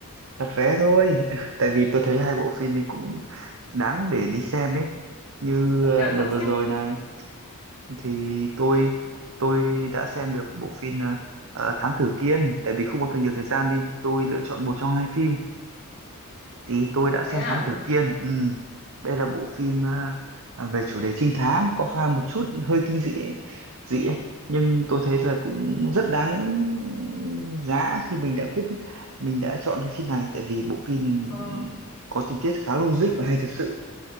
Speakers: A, on the right (about 65°); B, on the left (about 75°).
A: đặt vé thôi, <laughs> tại vì tôi thấy hai bộ phim này cũng đáng để đi xem ấy, như ờ,
B: à,
A: đợt
B: ông xem
A: vừa rồi này thì tôi tôi đã xem được bộ phim ờ, ờ, Thám Tử Kiên, tại vì không có thời nhiều thời gian nên tôi lựa chọn một trong hai phim thì tôi đã xem
B: thế à
A: Thám Tử Kiên Ừm, đây là bộ phim à, à, về chủ đề trinh thám có pha một chút hơi kinh dị ấy, dị ấy. nhưng tôi thấy là cũng rất đáng giá khi mình đã quyết mình đã chọn cái phim này tại vì bộ phim
B: ờ,
A: có tình tiết khá logic và hay thật sự